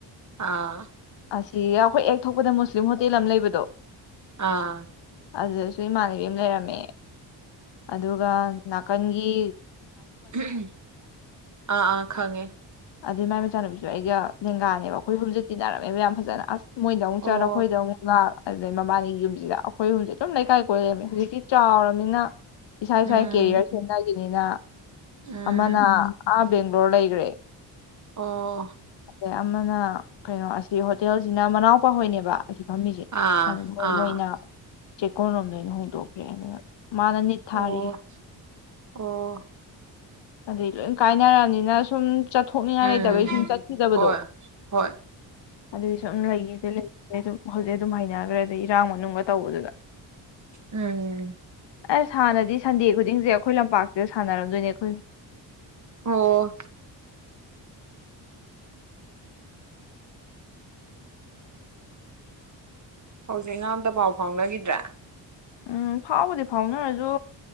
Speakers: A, on the right; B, on the left.
A: ꯑꯥ ꯑꯥ
B: ꯑꯁꯤꯒ ꯑꯈꯣꯏꯑꯦ ꯊꯣꯛꯄꯗ ꯃꯨꯁꯂꯤꯝ ꯍꯣꯇꯦꯜ ꯑꯃ ꯂꯩꯕꯗꯣ
A: ꯑꯥ
B: ꯑꯗꯨꯗꯁꯨ ꯏꯃꯥꯟꯅꯕꯤ ꯑꯃ ꯂꯩꯔꯝꯃꯦ ꯑꯗꯨꯒ ꯅꯥꯀꯟ ꯒꯤ
A: ꯎꯝ ꯍꯨ ꯎꯝꯍꯨ ꯑꯥ ꯑꯥ ꯈꯪꯉꯦ
B: ꯑꯗꯩ ꯃꯥꯏ ꯃꯆꯥꯅꯨꯕꯤꯁꯨ ꯑꯩꯒ ꯂꯦꯡꯒꯥꯅꯦꯕ ꯑꯩꯈꯣꯏ ꯍꯨꯝꯖꯤ ꯇꯤꯟꯅꯔꯝꯃꯦꯕ ꯌꯥꯝ ꯐꯖꯅ ꯑꯁ ꯃꯣꯏꯗ ꯑꯃꯨꯛ
A: ꯑꯣ
B: ꯆꯠ ꯑꯩꯈꯣꯏꯗ ꯑꯃꯨꯛ ꯂꯥꯛ ꯑꯗꯨꯗꯩ ꯃꯕꯥꯅꯤꯒꯤ ꯌꯨꯝꯁꯤꯗ ꯑꯩꯈꯣꯏ ꯍꯨꯝꯁꯦ ꯑꯗꯨꯝ ꯂꯩꯀꯥꯏ ꯀꯣꯏꯂꯩꯔꯃꯦ ꯍꯧꯖꯤꯛꯇꯤ ꯆꯥꯎꯔꯝꯅꯤꯅ ꯏꯁꯥ
A: ꯎꯝ
B: ꯏꯁꯥꯏ ꯀꯦꯔꯤꯌꯔ ꯁꯦꯝꯅꯒꯤ ꯅꯤꯅ
A: ꯎꯝ
B: ꯑꯃꯅ ꯑꯥ ꯕꯦꯡ ꯂꯣꯔ ꯂꯩꯩꯒ꯭ꯔꯦ
A: ꯑꯣ
B: ꯇꯩ ꯑꯃꯅ ꯀꯩꯅꯣ ꯑꯁꯤ ꯍꯣꯇꯦꯜꯁꯤꯅ ꯃꯅꯥꯎꯄꯥꯍꯣꯏꯅꯦꯕ ꯐꯝꯃꯤꯁꯦ
A: ꯑꯥ
B: ꯑꯗꯨ ꯃꯣꯏ
A: ꯑꯥ
B: ꯃꯣꯏꯅ ꯆꯦꯛꯀꯣꯟ ꯂꯣꯝꯗ ꯑꯣꯏꯅ ꯍꯣꯡꯗꯣꯛꯀꯦꯅ ꯃꯥꯅ ꯅꯤꯠ ꯊꯥꯔꯤ
A: ꯑꯣ ꯑꯣ
B: ꯑꯗꯩ ꯂꯣꯏ ꯀꯥꯏꯅꯔꯕꯅꯤꯅ ꯁꯨꯝ ꯆꯠꯊꯣꯛꯅꯤꯡꯉꯥꯏ
A: ꯎꯝ
B: ꯂꯩꯇꯕꯒꯤ ꯁꯨꯝ ꯆꯠꯈꯤꯗꯕꯗꯣ
A: ꯍꯣꯏ ꯍꯣꯏ
B: ꯑꯗꯨꯒꯤ ꯁꯨꯝ ꯂꯩꯈꯤꯕꯗꯩ ꯂꯩꯒ꯭ꯔꯦ ꯑꯗꯨꯝ ꯍꯧꯖꯤꯛ ꯑꯗꯨꯝ ꯍꯩꯅꯈ꯭ꯔꯦ ꯑꯗꯩ ꯏꯔꯥꯡ ꯃꯇꯝ ꯅꯨꯡꯒ ꯇꯧꯕꯗꯨꯗ
A: ꯑꯥ
B: ꯑꯁ ꯍꯥꯟꯅꯗꯤ ꯁꯟꯗꯦ ꯈꯨꯗꯤꯡꯁꯦ ꯑꯩꯈꯣꯏ ꯂꯝꯄꯥꯛꯁꯤꯗ ꯁꯥꯟꯅꯔꯝꯗꯣꯏꯅꯦ ꯑꯩꯈꯣꯏ
A: ꯑꯣ ꯍꯧꯖꯤꯛꯅ ꯑꯝꯇ ꯄꯥꯎ ꯐꯥꯎꯅꯈꯤꯗ꯭ꯔꯦ
B: ꯎꯝ ꯐꯥꯎꯕꯨꯗꯤ ꯐꯥꯎꯅꯔꯁꯨ